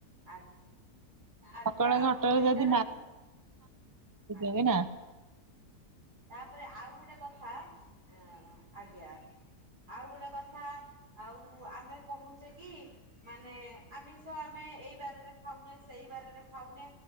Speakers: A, on the right (about 75°); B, on the right (about 15°).
A: ଆ ଆଜ୍ଞା
B: ସକାଳ
A: ଆପଣ
B: ଅଟୋରେ
A: ଏଇଟାରେ
B: ଯଦି ନା
A: ମୁଁ ଆଜ୍ଞା
B: <unintelligible>
A: ତାପରେ ଆଉ ଗୋଟେ କଥା ଅ ଆଜ୍ଞା। ଆଉ ଗୋଟେଏ କଥା ଆଉ ଆମେ କହୁଛେ କି ମାନେ ଆମିଷ ଆମେ ଏଇ ବାରରେ ଖାଉନେ ସେଇ ବାରରେ ଖାଉନେ